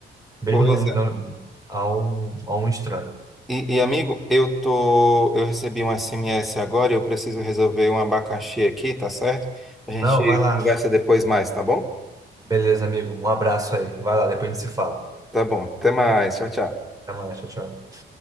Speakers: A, on the right (about 15°); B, in the centre.
A: Mesmo
B: pois
A: não, não,
B: é,
A: a um, a um estranho.
B: E, e, amigo, eu tô, eu recebi um SMS agora e eu preciso resolver um abacaxi aqui, tá certo? A gente
A: Não, vai lá.
B: conversa depois mais, tá bom?
A: Beleza, amigo. Um abraço aí. Vai lá, depois a gente se fala.
B: Tá bom. Até mais. Tchau, tchau.
A: Até mais, tchau, tchau.